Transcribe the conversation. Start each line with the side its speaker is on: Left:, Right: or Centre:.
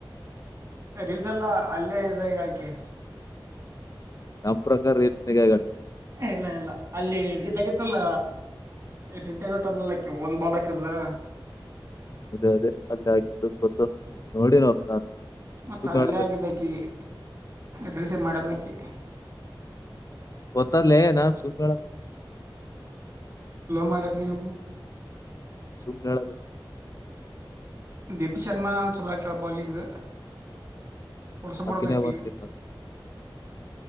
Right: ರೀಲ್ಸ್ ಅಲ್ಲ ಅಲ್ಲೇ ಇದಲ್ ಆಕಿ
Left: ನಮ್ಮ್ ಪ್ರಕಾರ <unintelligible>
Right: ಇಲ್ಲ ಇಲ್ಲ ಅಲ್ಲಿ ಇದಾಗಿತ್ತಲ್ಲ ರಿಟೈರ್ಡ್ ಔಟ್ ಆದ್ಲು ಆಕಿ ಒಂದು ಬಾಲ್ ಹಾಕಿದ್ಲು
Left: ಅದೇ ಅದೇ ಅಲ್ಲ ಆಗತ್ತು ಗೊತ್ತ ನೋಡಿ ನಾವ್ ನಾನ್
Right: ಮತ್ತ
Left: ಸುಮ್
Right: ಅಲ್ಲೇ
Left: ಹೇಳಕತ್ತೀನಿ
Right: ಆಗಿದ್ದು ಅಕಿಗೆ ರೀಲ್ಸ್ ಮಾಡಿಲ್ಲ ಆಕಿ ಕಿ
Left: ಗೊತ್ತಾದಲೇ ನಾನು ಸುಮ್ ಹೇಳ
Right: ಮಾರಾಯ ನಿನ್
Left: ಸುಮ್ ಹೇಳಕತ್ತೀನಿ
Right: ದೀಪಿ ಶರ್ಮಾ ಚಲೋ ಆಕಳ ಬೌಲಿಂಗ್ ವರ್ಷ ಬಿಡೋದು
Left: ಆಕಿನೇ
Right: ಆಕಿ
Left: ಬಂದ್ ಈಗ ಮತ್ತೆ